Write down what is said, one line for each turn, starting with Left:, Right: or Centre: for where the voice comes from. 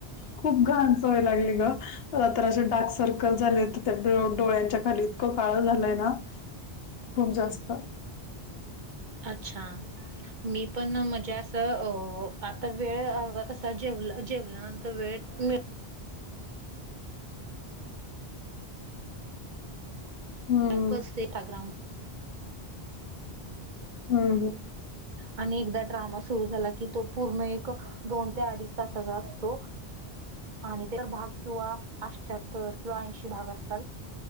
Left: खूप घानच वय लागली ग तरातशे डार्क सर्कल झाले. त्या डोळ्यांच्या खाली इतकं काळं झालंय ना खूप जास्त
Right: अच्छा मी पण मजे अस आता वेळ कस जेव जेवलंंत. त वेट
Left: हम्म
Right: जस इस्टाग्रम.
Left: हम ह
Right: आणि एकदा ड्रामा सुरू झाला की तो पूर्ण एक दोन ते अडीच तासाचा असतो. आणि ते भाग किंवा अष्ट्याहत्तर किंवा ऐंशी भाग असतात.